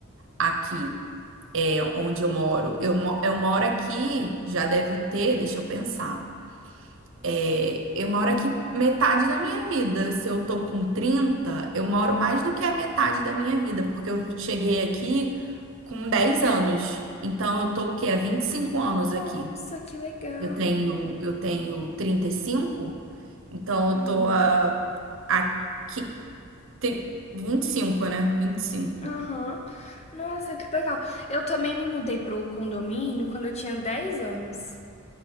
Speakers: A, on the right; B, on the left.
A: aqui é onde eu moro. Eu, mo- eu moro aqui, já deve ter, deixa eu pensar. É, eu moro aqui metade da minha vida. Se eu tô com 30 eu moro mais do que a metade da minha vida, porque eu cheguei aqui com 10 anos. Então eu tô o quê? Há 25 anos
B: Nossa,
A: aqui.
B: que legal.
A: Eu tenho, eu tenho trinta e cinco então eu
B: Uhum.
A: tô a há qui- tri- 25, né? 25.
B: Aham. Nossa, que legal. Eu também me mudei pro condomínio quando eu tinha 10 anos.